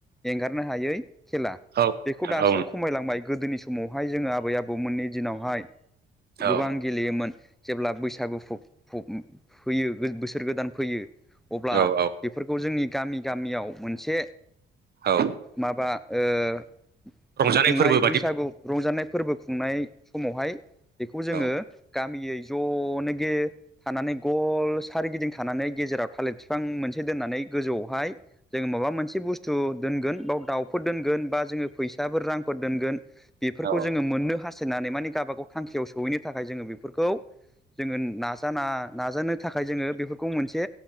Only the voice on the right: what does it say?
औ नोंथां
औ
नोंथां
औ औ
औ
रंजानाय
फोरबो बादि
औ
औ